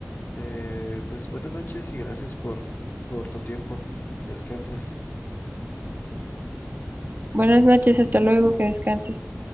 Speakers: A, on the left (about 55°); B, on the right (about 50°).
A: Eh, pues buenas noches y gracias por, por tu tiempo. Que descanses.
B: Buenas noches, hasta luego, que descanses.